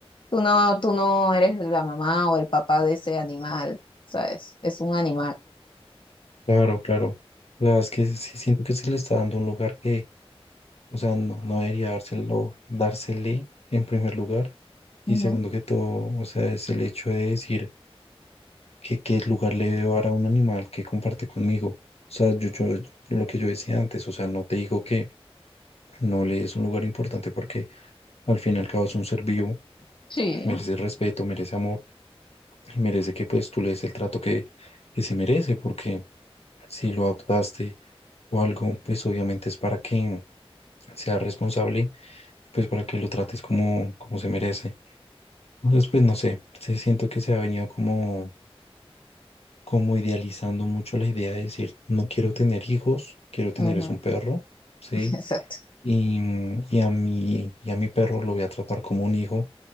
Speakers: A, on the left (about 50°); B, on the left (about 75°).
A: Tú no, tú no eres la mamá o el papá de ese animal, ¿sabes? Es un animal.
B: claro, claro. La verdad es que sí siento que se le está dando un lugar que O sea, no, no debería dárselo, dársele en primer lugar. Y
A: Ujú,
B: segundo que todo, o sea, es el hecho de decir que qué lugar le debo dar a un animal que comparte conmigo. O sea, yo, yo, lo que yo decía antes, o sea, no te digo que no le des un lugar importante porque al fin y al cabo es un ser vivo,
A: Sí.
B: merece respeto, merece amor y merece que pues tú le des el trato que, que se merece porque si lo adoptaste o algo, pues obviamente es para que sea responsable, pues para que lo trates como, como se merece. Después, no sé, sí siento que se ha venido como, como idealizando mucho la idea de decir, no quiero tener hijos, quiero tener
A: ujú,
B: es un perro, ¿sí?
A: <laughs> Exacto.
B: Y, mm, y a mi, y a mi perro lo voy a tratar como un hijo